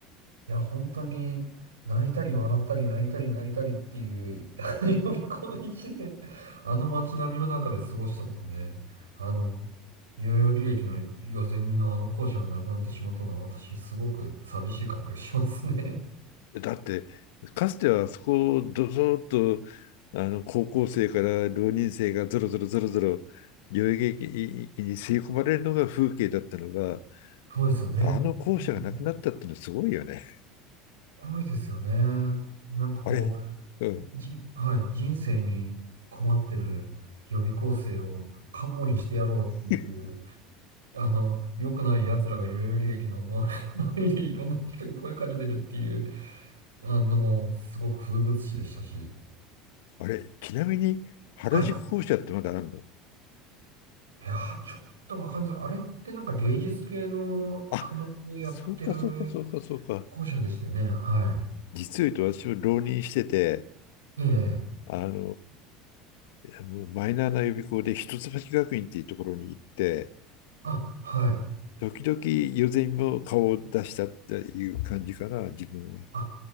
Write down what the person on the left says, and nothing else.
だってかつてはそこをどぞっとあの高校生から浪人生がぞろぞろぞろぞろ代々木駅に吸い込まれるのが風景だったのが、
あの校舎がなくなったってのはすごいよね。
あれ、うん。
<laughs>
あれ、ちなみに原宿校舎ってまだあるの
あ、そうかそうかそうかそうか。
実を言うと私も浪人してて、
あの、もうマイナーな予備校で一橋学院っていうところに行って、
時々予選も顔を出したっていう感じかな、自分は。